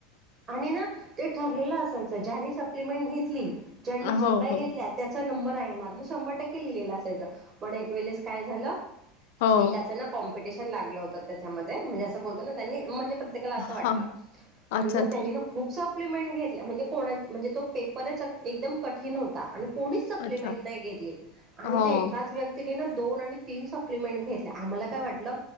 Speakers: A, on the right; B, on the left.
A: आणि ना ते ठरलेलं असायचं ज्यानी सप्लिमेंट घेतली. ज्यांनी
B: हो
A: जेवढ्या घेतल्या
B: हो.
A: त्याचा नंबर आणणार हे शंभर टक्के लिहिलेला असायचा. पण एक वेळेस काय झालं
B: हो,
A: एकाच ना <unintelligible> <unintelligible> लागलं होत त्याच्यामध्ये म्हणजे अस <unintelligible> ना त्यांनी म्हणजे प्रत्येकाला असं
B: हां,
A: वाटलं.
B: अच्छा, अच्छा,
A: त्यांनी ना खूप सप्लिमेंट घेतल्या म्हणजे कोणा म्हणजे तो पेपरच एकदम कठीण होता आणि कोणीच सप्लिमेंट
B: अच्छा.
A: नाही घेतली आणि
B: हो,
A: त्या एकाच <inaudible> <inaudible> दोन आणि तीन सप्लमेंट घेतल्या आम्हाला काय वाटलं